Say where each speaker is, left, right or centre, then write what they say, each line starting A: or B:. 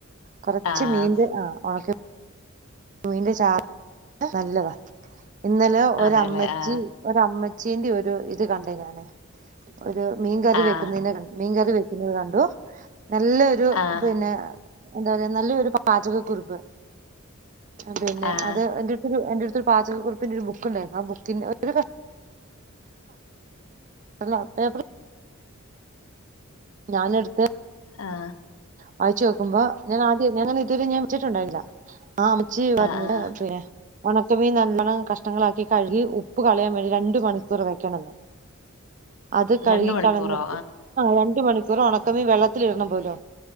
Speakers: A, on the right (about 35°); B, on the left (about 75°).
A: കൊറച്ച്
B: ആഹ്
A: മീൻ്റെ ഉണക്ക മീന്റെ ചാറ് നല്ലതാ ഇന്നലെ ഒരമ്മച്ചി
B: അതെല്ലേ ആഹ്
A: ഒര അമ്മച്ചീന്റെ ഒരു ഇത് കണ്ടേ ഞാനെ ഒരു മീൻകറി
B: ആഹ്
A: വെക്കുന്നന് മീൻകറി വെ കണ്ടു നല്ലൊരു
B: ആഹ്
A: പിന്നെ എന്താ പറയാ നല്ലരു പാചകക്കുറിപ്പ് പിന്നെ
B: ആഹ്
A: അത് എന്റെ എന്റെടുത്തൊരു പാചകക്കുറിപ്പിന്റെ ഒരു ബുക്കുണ്ടായിരുന്നു ആ ബുക്കിന് <unintelligible> ഒരു അ പേപ്പ ഞാന എടുത്ത്
B: ആഹ്
A: വായിച്ചു നോക്കുമ്പോ ഞാൻ ആദ്യം ഞങ്ങ ഇതുവരെ ഞാൻ വിെച്ചിട്ടുണ്ടായില്ല ആ അമച്ചി വരഞ്ഞിട
B: ആഹ് ആഹ്
A: <unintelligible> ഉണക്കമീൻ നല്ലണ്ണം കഷ്ണങ്ങളാക്കി കഴുകി ഉപ്പ് കളയാൻ വേണ്ടി രണ്ട് മണിക്കൂർ വെക്കണന്ന് അത് കഴുകിക്കളഞ്ഞിട്ട്
B: രണ്ട് മണിക്കൂറോ
A: ആഹ് രണ്ട മണിക്കൂറും ഉണക്കമീൻവെള്ളത്തി ഇടണം പോലോ